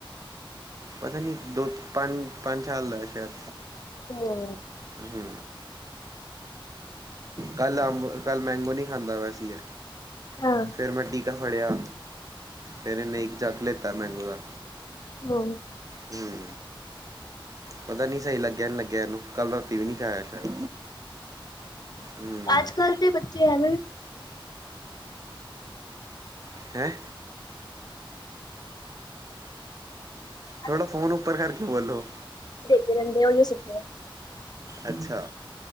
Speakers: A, on the right; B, on the left.
A: ਪਤਾ ਨਹੀਂ ਦੋ- ਪੰਜ- ਪੰਜ ਸਾਲ ਦਾ ਸ਼ਾਇਦ
B: ਹੂ
A: ਹੂ ਕੱਲ ਅੰਬ ਕੱਲ ਮੈਂਗੋ ਨਹੀਂ ਖਾਂਦਾ ਵੈ ਸੀ
B: ਹਾਂ
A: ਫੇਰ ਮੈਂ ਟੀਕਾ ਫੜਿਆ ਤੇ ਇਹਨੇ ਨਹੀਂ ਜੱਗ ਲਿੱਤਾ ਮੈਗੋ ਦਾ
B: ਹੂ
A: ਹੂੰ ਪਤਾ ਨੀ ਸਹੀ ਲੱਗਿਆ ਨੀ ਲੱਗਿਆ ਇਹਨੂੰ ਕੱਲ ਰਾਤੀ ਵੀ ਨੀ ਖਾਇਆ ਸ਼ਾਇਦ ਹਮ
B: ਅੱਜ ਕੱਲ ਬੱਚੇ ਹੈ ਨਾ
A: ਹੈਂ
B: ਅ
A: ਥੋੜ੍ਹਾ ਫੋਨ ਉੱਪਰ ਕਰਕੇ ਬੋਲੋ
B: ਰਦੇ ਉਹ ਸੀਖਦੇ
A: ਅੱਛਾ।